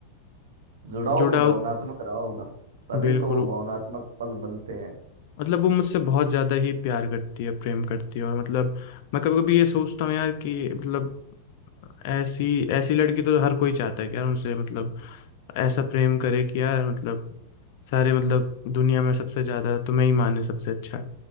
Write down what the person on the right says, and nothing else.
जुड़ाव
भी भावनात्मक रहा होगा तभी
तो वो भावनात्मक पल बनते हैं